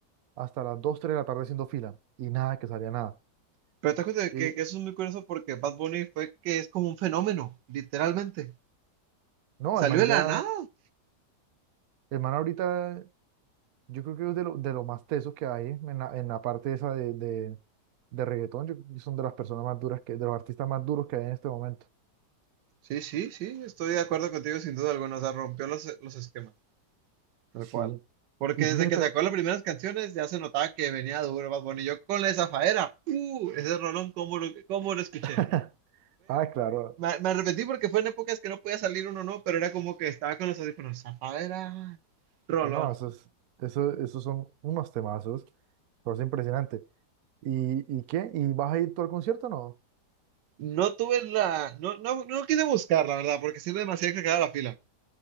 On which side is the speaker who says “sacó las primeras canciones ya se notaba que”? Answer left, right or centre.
Right